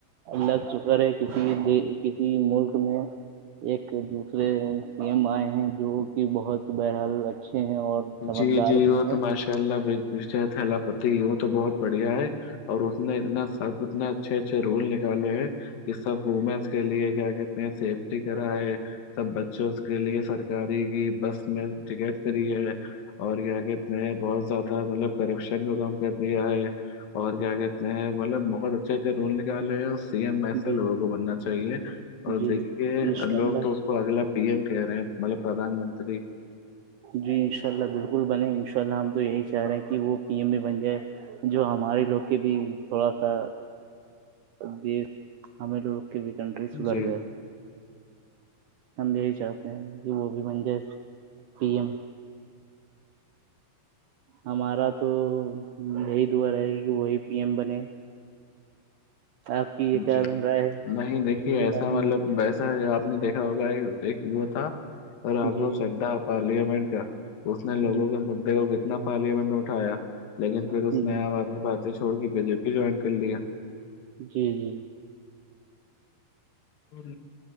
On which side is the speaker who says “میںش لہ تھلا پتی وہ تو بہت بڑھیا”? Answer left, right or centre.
Left